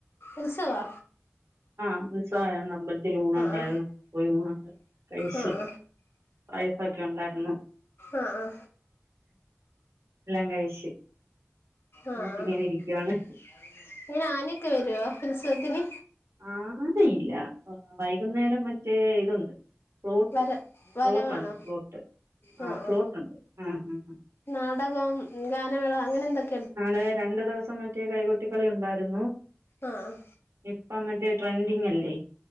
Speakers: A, on the left; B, on the right.
A: ഉൽസവോ
B: ആഹ് ഉത്സവായിരുന്നു അമ്പലത്തിൽ ഊണ് ഒണ്ടായിരുന്നു
A: ആ
B: പോയി ഊണക്കെ കഴിച്ച്
A: ആ
B: പായസൊക്കെ ഒണ്ടായിരുന്നു
A: ആ ആ
B: എല്ലാം കഴിച്ച്
A: ആ
B: എന്നിട്ട്
A: ആ <unintelligible>
B: ഇങ്ങനെ ഇരിക്കുവാണ്
A: ക്കെ വരോ ഉത്സവത്തിന്
B: ആനയില്ല വൈകുന്നേരം മറ്റേ ഇതുണ്ട് ഫ്ലോട്ട്
A: വര വരവാണോ
B: ഫ്ലോട്ടുണ്ട് ഫ്ലോട്ട്
A: ആ
B: ഫ്ലോട്ടുണ്ട്
A: ആ
B: ആ ആ ആ
A: നാടകം ഗാനമേള അങ്ങനെ എന്തൊക്ക
B: നാളെ രണ്ടു ദിവസം മറ്റേ കൈകൊട്ടികളി ഉണ്ടായിരുന്നു
A: ആ ആ
B: ഇപ്പം മറ്റേ ട്രെൻഡ ന്നില്ലേ